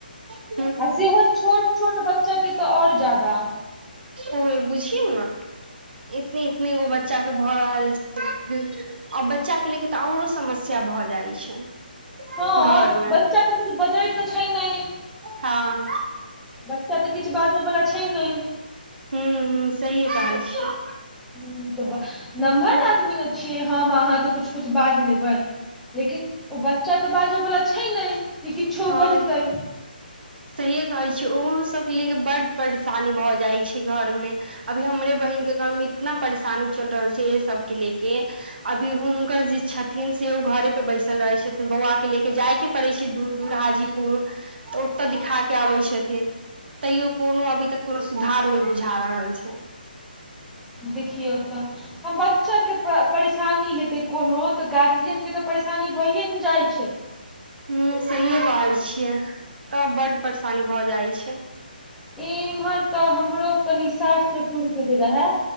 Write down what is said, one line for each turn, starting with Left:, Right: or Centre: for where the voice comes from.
Right: त।
Centre: सेहो होत छोट छोट बच्चाे तऽ आऔर ज्यादा।
Right: ओ बुझियौ ने एतने इतने गो बच्चाके भऽ रहल छै। आ बच्चाके लेके तऽ आऔरो समस्या भऽ जाइ छै।
Centre: हँ,
Right: घर मे
Centre: बच्चा तऽ कुछु बजै तऽ छै, नहि
Right: हँ
Centre: बच्चा तऽ किछु बाजय बला छै ने।
Right: हू सही काज छै।
Centre: ह, तऽ नम्हर आदमी मने छियै हम अहाँ तऽ कुछ कुछु बाजि लेबै। लेकिन ओ बच्चा तऽ बाजऽ वाला छै, ने जे किछो
Right: हँ
Centre: बजतै।
Right: सहिए कहै छियै ओहो सभके ले कऽ बड परेशानी भऽ जाइत छै, घरमे। अभी हमरे
Centre: हूँ,
Right: बहिनके घरमे इतना परेशानी चलि रहल छै, इे सभके लेके अभी हुनका जे। छथिन से ओ घरे पर बैसल रहैत छथिन बौआ के लऽ क जाइके पड़ैत छै, दूर दूर हाजीपुर तऽ ओ ओत दिखा के अबै छथिन तैयो कोनो अभी तक कोनो सुधार नहि बुझा रहल छै।
Centre: देखियऔ तऽ। बच्चाके परेशानी हेतै कोनो तऽ गार्जियनके तऽ परेशानी भइए ने जाइ छै।
Right: ह सहियो कहै छियै तब बड परेशानी भऽ जाइ छै।
Centre: इमहर तऽ हमरो कनि सास ससुरके जे रहे